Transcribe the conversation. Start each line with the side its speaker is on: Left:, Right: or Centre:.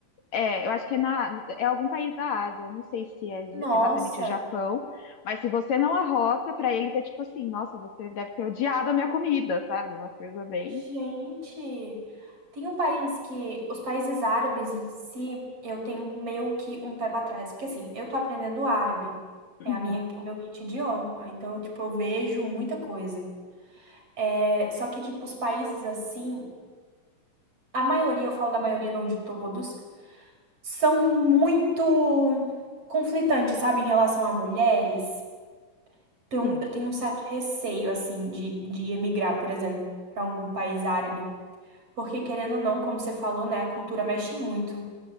Left: É, eu acho que é, na, é algum país da Ásia. Eu não sei se é j-
Right: Nossa.
Left: exatamente o Japão, mas se você não arrota, pra ele é tipo assim: nossa, você deve ter odiado a minha comida, sabe? Uma coisa bem.
Right: Gente, tem um país que os países árabes em si, eu tenho meio que um pé pra trás, porque assim, eu tô aprendendo árabe,
Left: Uhum,
Right: é a minha, o meu kit idioma, então tipo, eu vejo muita coisa. É, só que tipo, os países assim, a maioria, eu falo da maioria, não de todos, são muito conflitantes, sabe, em relação a mulheres. Então,
Left: sim.
Right: eu tenho um certo receio assim de, de emigrar, por exemplo, pra algum país árabe. Porque, querendo ou não, como você falou, né, a cultura mexe muito.